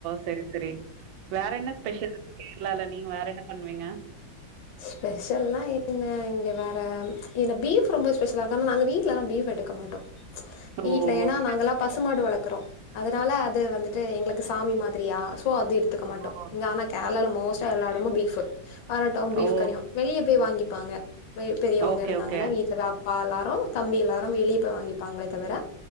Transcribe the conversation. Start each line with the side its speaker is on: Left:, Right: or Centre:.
Right: சரி, சரி. வேற என்ன ஸ்பெஷல் கேரளால நீங்க வேற என்ன பண்ணுவீங்க
Left: ஸ்பெஷல்லா என்ன இங்க வேற என்ன பீஃப் ரொம்ப ஸ்பெஷலா இருக்கா நாங்க வீட்டுலல்லாம் பீஃப் எடுக்க மாட்டோம் <unintelligible> வீட்ல
Right: ஓ!
Left: ஏன்னா
Right: ஓகே.
Left: நாங்கலாம் பசுமாடு வளர்க் இருக்கறோம் அதனால அது வந்துட்டு எங்களுக்கு சாமி மாதிரியா சுவாதிர் ஏதுக்க மாட்டோம்
Right: ஓ!
Left: இங்க ஆனா கேரளால மோஸ்டா எல்லாடமும் பீஃப் <inaudible> பாரோட்டாவும் பீஃப்
Right: ஓ!
Left: கரியியும் வெளிய வாங்கிப்பாங்க வீட் பெரியவங்க
Right: ஓகே,
Left: இருந்தாங்கன்னா
Right: ஓகே.
Left: வீட்டுல பா எல்லாரும் தம்பி எல்லாரும் வெளிய போய் வாங்கிப்பாங்களே தவிர